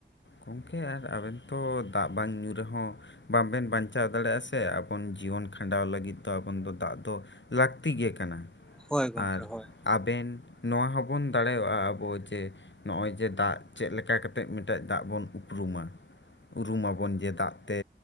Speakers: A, on the left; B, in the centre.
A: ᱜᱚᱝᱠᱮ ᱟᱨ ᱟᱵᱮᱱ ᱛᱚ ᱫᱟᱜ ᱵᱟᱝ ᱧᱩ ᱨᱮᱦᱚᱸ ᱵᱟᱵᱮᱱ ᱵᱟᱧᱪᱟᱣ ᱫᱟᱲᱮᱭᱟᱜ-ᱟ ᱥᱮ, ᱟᱵᱚᱱ ᱡᱤᱭᱚᱱ ᱠᱷᱟᱸᱰᱟᱣ ᱞᱟᱹᱜᱤᱫ ᱫᱚ ᱟᱵᱚᱱ ᱫᱚ ᱫᱟᱜ ᱫᱚ ᱞᱟᱠᱛᱤ ᱜᱮ ᱠᱟᱱᱟ ᱾
B: ᱦᱳᱭ ᱜᱚᱢᱠᱮ
A: ᱟᱨ
B: ᱦᱳᱭ
A: ᱟᱵᱮᱱ ᱱᱚᱣᱟ ᱦᱚᱸᱵᱚᱱ ᱫᱟᱲᱮᱭᱟᱜ-ᱟ ᱟᱵᱚ ᱡᱮ, ᱱᱚᱜ-ᱚᱭ ᱡᱮ ᱫᱟᱜ ᱪᱮᱫ ᱞᱮᱠᱟ ᱠᱟᱛᱮᱫ ᱢᱤᱫᱴᱮᱡ ᱫᱟᱜ ᱵᱚᱱ ᱩᱯᱨᱩᱢᱟ᱾ ᱩᱨᱩᱢᱟ ᱵᱚᱱ ᱡᱮ ᱫᱟᱜ ᱛᱮ